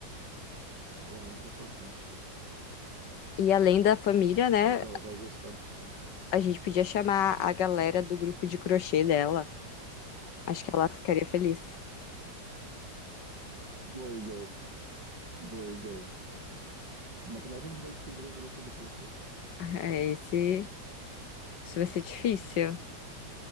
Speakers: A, on the right (about 80°); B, on the left (about 80°).
A: é muito importante.
B: E além da família, né?
A: É o que ela vai gostar mais.
B: A gente podia chamar a galera do grupo de crochê dela. Acho que ela ficaria feliz.
A: Boa ideia, boa ideia. Mas como é que a gente vai descobrir o grupo do crochê?
B: <laughs> É, Esse, isso vai ser difícil.